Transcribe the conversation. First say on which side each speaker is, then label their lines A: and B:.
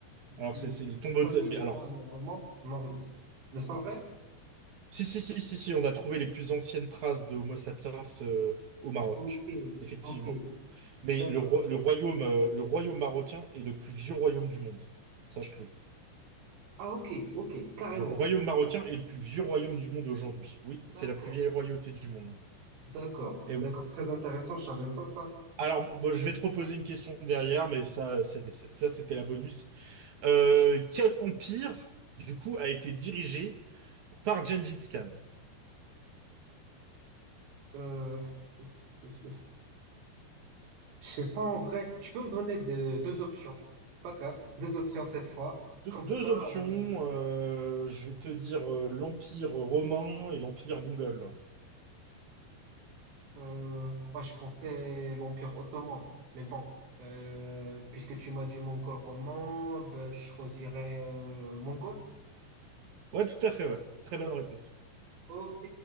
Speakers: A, on the right; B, on the right.
A: du
B: alors c'est c'est les tombeaux
A: premier
B: de... les-
A: humain
B: Alors,
A: normalement. Non, c- n'est-ce pas vrai?
B: si, si, si, si, si, on a trouvé les plus anciennes traces de Homo sapiens euh, au Maroc,
A: Ok,
B: effectivement.
A: ok,
B: Mais
A: d'accord.
B: le, roi- le royaume, euh, le royaume marocain est le plus vieux royaume du monde. Sache-le.
A: Ah, ok, ok, carrément.
B: Le royaume marocain est le plus vieux royaume du monde aujourd'hui. Oui, c'est
A: D'accord,
B: la plus vieille royauté du monde.
A: d'accord,
B: Eh
A: d'accord.
B: oui.
A: Très intéressant, je savais pas ça.
B: Alors, bon, je vais te reposer une question derrière, mais ça, c'est- c'est- ça, c'était la bonus. Euh, quel empire, du coup, a été dirigé par Gengis Khan?
A: Euh, je sais pas en vrai. Tu peux me donner de- deux options, pas quatre, deux options cette fois.
B: Deux,
A: Comme
B: deux
A: ça,
B: options,
A: euh,
B: euh, je vais te dire euh, l'Empire romain et l'Empire mongol.
A: euh, ouais, je pensais l'Empire ottoman. Mais bon, euh, puisque tu m'as dit mongol roman, ben, je choisirais euh, mongol.
B: Ouais, tout à fait, ouais. Très bonne réponse.
A: Ok,